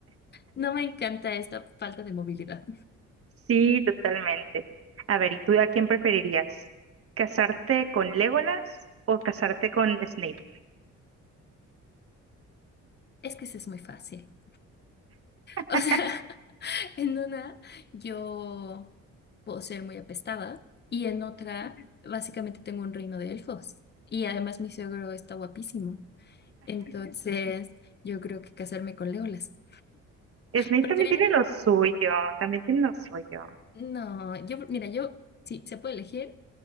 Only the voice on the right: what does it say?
Sí, totalmente. A ver, ¿y tú a quién preferirías? ¿Casarte con Legolas o casarte con Snape?
<laughs>
Snape
también tiene lo suyo, también tiene lo suyo.